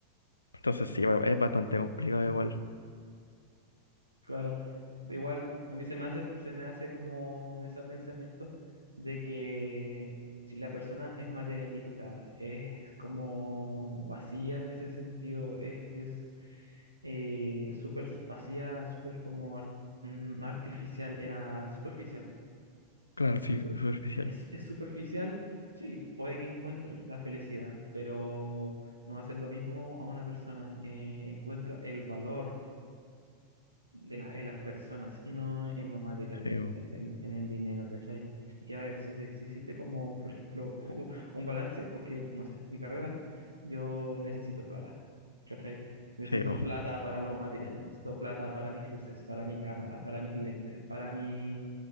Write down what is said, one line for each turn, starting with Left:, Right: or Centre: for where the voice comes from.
Left: entonces sí, va- es bastante complicado igual.
Right: Claro, igual a mí se me hace, se me hace como ese pensamiento de que si la persona es materialista, es como vacía en ese sentido, es, es eh, súper vacía, súper como ar- mm, artificial, era superficial.
Left: Claro, sí. Superficial.
Right: Es, es superficial, sí, puede que encuentre la felicidad, pero no va a ser lo mismo a una persona que encuentra el valor de las en las personas y no en lo material,
Left: Sí,
Right: en,
Left: bo.
Right: en- en- en el dinero, ¿cachai? Y a ver, si, se- si existe como, por ejemplo, <laughs> un, un balance, porque, no sé, mi carrera, yo necesito plata, ¿cachai? Necesito
Left: Sí, bo.
Right: plata para los materiales, necesito plata para mis luces, para mi cámara, para mis lentes, para mi...